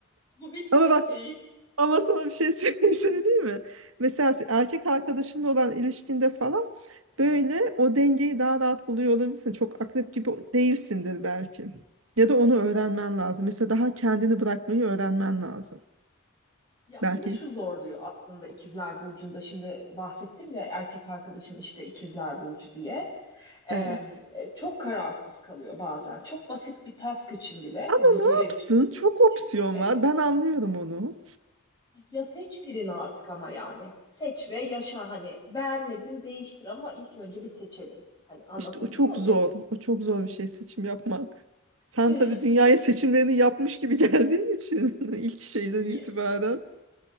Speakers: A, on the left (about 20°); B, on the right (about 75°).
A: Bu hiç
B: Ama
A: hoş
B: bak
A: değil.
B: Ama sana bir şey <laughs> söyleyeyim, söyleyeyim mi? Mesela erkek arkadaşınla olan ilişkinde falan böyle o dengeyi daha rahat buluyor olabilirsin. Çok akrep gibi değilsindir belki. Ya da onu öğrenmen lazım. Mesela daha kendini bırakmayı öğrenmen lazım.
A: Ya
B: Belki
A: beni şu zorluyor aslında İkizler Burcu'nda şimdi bahsettim ya erkek arkadaşım işte İkizler Burcu diye. Ee,
B: evet.
A: çok kararsız kalıyor bazen. Çok basit bir task için bile,
B: Ama
A: bir
B: ne
A: görev
B: yapsın?
A: için
B: Çok opsiyon
A: için bile.
B: var. Ben anlıyorum onu.
A: Ya seç birini artık ama yani. Seç ve yaşa hani. Beğenmedin değiştir ama ilk önce bir seçelim. Hani anlatabiliyor
B: İşte o çok
A: muyum?
B: zor. O çok zor bir şey seçim yapmak. Sen
A: <laughs>
B: tabii dünyaya seçimlerini yapmış gibi <laughs> geldiğin için <laughs> ilk şeyden
A: Y-
B: itibaren.